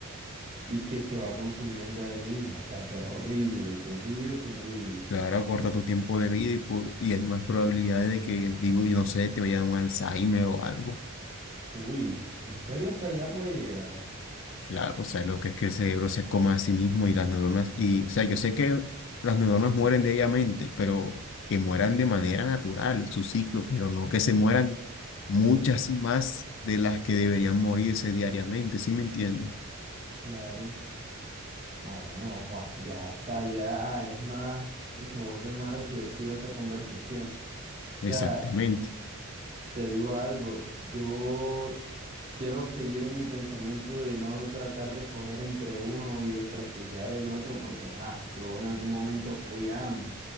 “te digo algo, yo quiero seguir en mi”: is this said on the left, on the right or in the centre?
Right